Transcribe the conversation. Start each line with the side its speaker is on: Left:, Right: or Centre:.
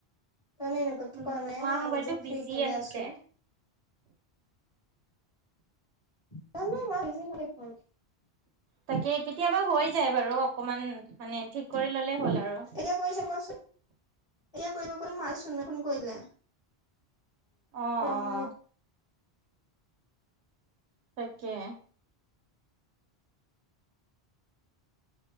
Left: ত মানে এনেকোৱা কে
Right: উম,
Left: কয় মে
Right: মাৰ মোবাইলটো
Left: আমি যে
Right: বিজি
Left: ফ্ৰী কে
Right: আহিছে।
Left: যে আছো নাই নাই মই বিজি নাই দেখোন
Right: তাকে কেতিয়াবা হৈ যায় বাৰু অকমান মানে ঠিক কৰি ললে হ'ল আৰু।
Left: এতিয়া কৈছে কোৱাচোন এয়া কৰিব কোন মায় চুনুয়ে ফোন কৰিলে।
Right: অ
Left: ৰ
Right: অ
Left: মই
Right: তাকে